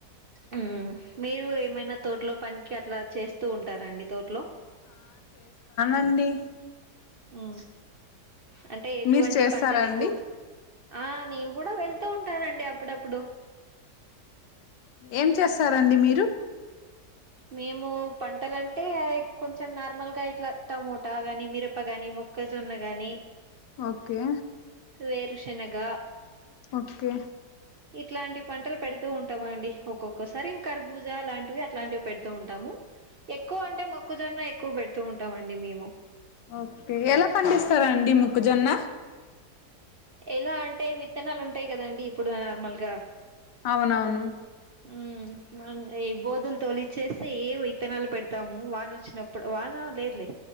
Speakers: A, on the right; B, on the left.
A: ఊ మీరు ఏమైనా తోట్లో పనికి అట్లా చేస్తూ ఉంటారా అండి తోట్లో
B: అండి
A: ఉ అంటే ఎటువంటి
B: మీరు చేస్తారండి
A: పంటలెక్కు ఆ నేను గుడ వెళ్తూ ఉంటానండి అప్పుడప్పుడు
B: ఏం చేస్తారండి మీరు
A: మేమూ పంటలంటే ఎక్ కొంచం నార్మల్గా ఇట్ల టమోటా గాని మిరప గాని మొ క్కజొన్న గాని
B: ఓక్కే
A: వేరుశనగా
B: ఒక్కే
A: ఇట్లాంటి పంటలు పెడుతూ ఉంటామండి ఒక్కొక్కసారి ఇం కర్బూజ లాంటివి అట్లాంటివి పెడుతూ ఉంటాము ఎక్కువంటే మొక్కజొన్న ఎక్కువ పెడుతూ ఉంటామండి మేము
B: ఓకే ఎలా పండిస్తరండి ముక్క జొన్న
A: ఎలా అంటే విత్తనాలుంటాయి గదండి ఇప్పుడు నార్మల్ గా
B: అవునవును
A: ఊ మన్నె ఏ బోదులు తోలిచ్చేస్తే ఏ విత్తనాలు పెడ్ తాము వానొచ్చినప్పుడు వాన లేద్లే